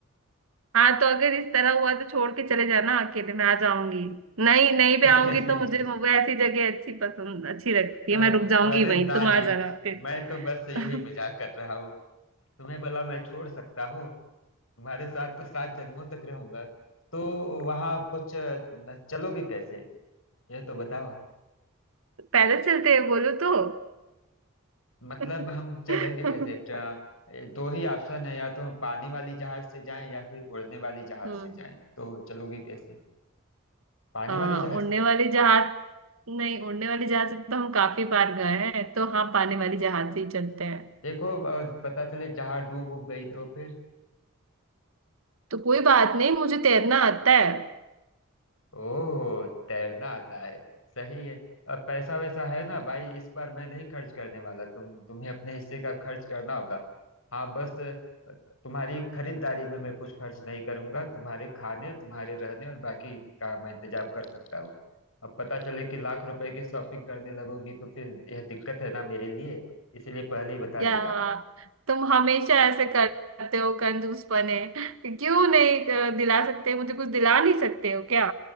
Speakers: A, on the right; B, on the left.
A: हाँ तो अगर इस तरह हुआ तो छोड़ के चले जाना अकेले मैं आ जाऊंगी नहीं नहीं
B: <laughs>
A: भी आऊंगी तो मुझे वो ऐसी जगह अच्छी पसंद अच्छी लगती
B: अ-
A: है मैं रुक जाऊंगी
B: अरे
A: वहीं
B: ना
A: तुम आ
B: जी
A: जाना
B: मैं तो बस
A: फिर
B: यूं
A: <laughs>
B: ही मजाक कर रहा हूँ तुम्हें भला मैं छोड़ सकता हूँ तुम्हारे साथ तो सात जन्मों तक रहूंगा तो वहां कुछ अ, न- चलोगे कैसे यह तो बताओ
A: पैदल चलते हैं बोलो तो
B: मतलब
A: <laughs>
B: हम चलेंगे कैसे ट्र- ए, दो ही ऑप्शन है या तो हम पानी वाली जहाज से जाएं या फिर उड़ने वाली जहाज
A: हम्म
B: से जाएं तो चलोगे कैसे पानी
A: हाँ
B: वाले जहाज
A: उड़ने
B: से
A: वाली जहाज नहीं उड़ने वाली जहाज से तो हम काफी बार गए हैं तो हाँ पानी वाली जहाज से ही चलते हैं
B: देखो अ, पता चले जहाज डूब उब गई तो फिर
A: तो कोई बात नहीं मुझे तैरना आता है
B: ओह तैरना आता है सही है और पैसा वैसा है ना भाई इस बार मैं नहीं खर्च करने वाला तुम तुम्हें अपने हिस्से का खर्च करना होगा हाँ बस अ, तुम्हारी खरीदारी में मैं कुछ खर्च नहीं करूंगा तुम्हारे खाने तुम्हारे रहने और बाकी का मैं इंतजाम कर सकता हूँ अब पता चले कि लाख रुपए की शॉपिंग करने लगोगी तो फिर यह दिक्कत है ना मेरे लिए इसीलिए पहले ही बता
A: या
B: देता हूँ
A: तुम हमेशा ऐसे करते हो कंजूस पने क्यों नहीं अ, दिला सकते मुझे कुछ दिला नहीं सकते हो क्या